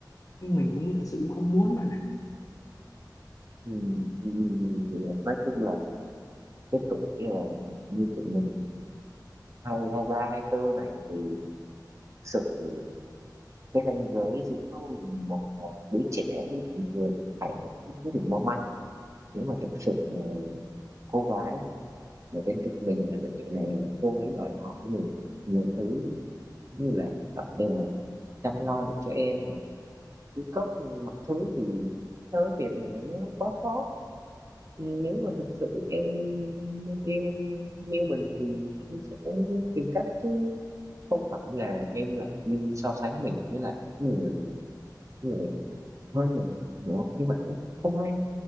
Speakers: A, on the left (about 50°); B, on the right (about 45°).
A: nhưng mình cũng thật sự cũng không muốn bạn ạ
B: Ừ. ừ, ừ, ừ, ừ, thì nói chung là cái tuổi ờ, như tụi mình hai hai ba hai tư này thì thực sự cái ranh giới giữa một à, đứa trẻ với một người trưởng thành nó cũng rất là mong manh nếu mà thực sự là cô gái ở bên cạnh mình ở độ tuổi này mà cô ấy đòi hỏi mình nhiều thứ như là bạn đều chăm lo được cho em này cứ cấp mọi thứ thì theo cái việc là nó quá sót nếu mà thực sự em, em yêu em yêu mình thì em sẽ tìm cách chứ không phải là em lại đi so sánh mình với lại người người hơn mình hiểu như vậy đấy không hay